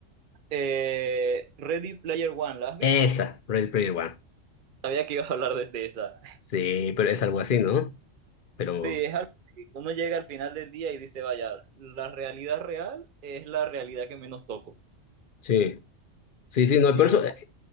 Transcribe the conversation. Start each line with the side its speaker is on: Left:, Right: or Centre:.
Right: Eh, Ready Player One, ¿la has
Left: esa,
Right: visto?
Left: Ready Player One.
Right: Sabía que ibas a hablar desde esa.
Left: Sí, pero es algo así, ¿no? Pero
Right: Sí, es algo que uno llega al final del día y dice, vaya, la realidad real es la realidad que menos toco.
Left: sí, sí, sí, no,
Right: Y
Left: pero eso eh,